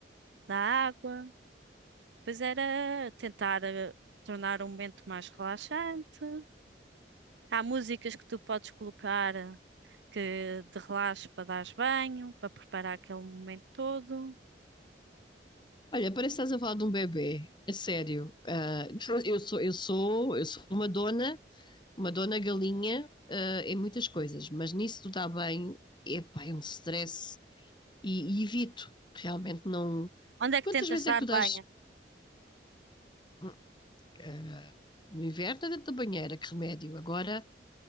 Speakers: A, on the right (about 80°); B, on the left (about 25°).
A: da água, depois era tentar eh, tornar um momento mais relaxante. Há músicas que tu podes colocar eh, que de relaxe para dar banho, para preparar aquele momento todo.
B: Olha, parece que estás a falar de um bebê. É sério. Ah, eu sou, eu sou, eu sou uma dona, uma dona galinha, ah, em muitas coisas, mas nisso do dar bem, epá, é um stress e, e evito. Realmente não.
A: Onde é
B: Quantas
A: que tentas
B: vezes é
A: dar
B: que tu dás
A: banho?
B: hum, ah, no inverno é dentro da banheira? Que remédio? Agora